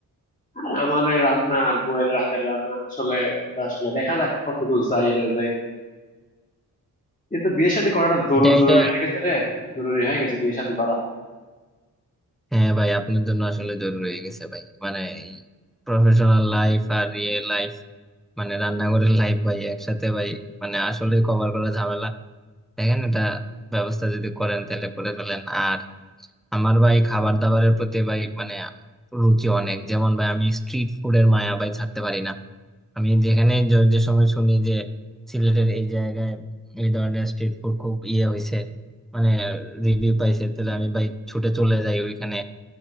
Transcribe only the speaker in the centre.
এটা
এটা
হ্যাঁ ভাই আপনার জন্য আসলে জরুরি হয়ে গেছে ভাই মানে এই প্রফেশনাল লাইফ আর রিয়েল লাইফ মানে রান্নাঘরের লাইফ ভাই একসাথে ভাই মানে আসলে কভার করা ঝামেলা দেখেন এটা ব্যবস্থা যদি করেন তাহলে করে ফেলেন আর আমার ভাই খাবার দাবারের প্রতি ভাই মানে রুচি অনেক যেমন ভাই আমি স্ট্রিট ফুডের মায়া ভাই ছাড়তে পারি না আমি যেখানে য- যে সময় শুনি যে সিলেটের এই জায়গায় এই ধরনের স্ট্রিট ফুড খুব ইয়ে হয়েছে মানে রিভিউ পাইছে তাহলে আমি ভাই ছুটে চলে যাই ওইখানে